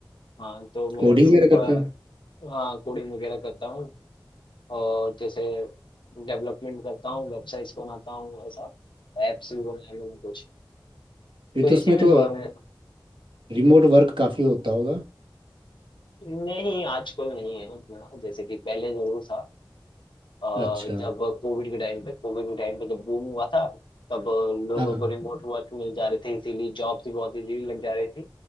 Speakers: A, on the left (about 70°); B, on the right (about 85°).
A: हाँ तो मेरा
B: कोडिंग
A: इसी
B: वगैरह
A: में थोड़ा
B: करते हो
A: हाँ कोडिंग वगैरह करता हूँ और जैसे डेवलपमेंट करता हूँ वेबसाइट्स बनाता हूँ ऐसा एप्स भी बनाए मैंने कुछ
B: फिर
A: तो
B: तो
A: इसी
B: उसमें
A: में
B: तो
A: थोड़ा मैं
B: रिमोट वर्क काफी होता होगा
A: नहीं आजकल नहीं है उतना जैसे कि पहले जरूर था अ,
B: अच्छा
A: जब कोविड के टाइम पे कोविड के टाइम पे जब बूम हुआ था तब लोगों
B: हाँ
A: को रिमोट वर्क मिल जा रहे थे इसीलिए जॉब्स भी बहुत इजीली लग जा रही थी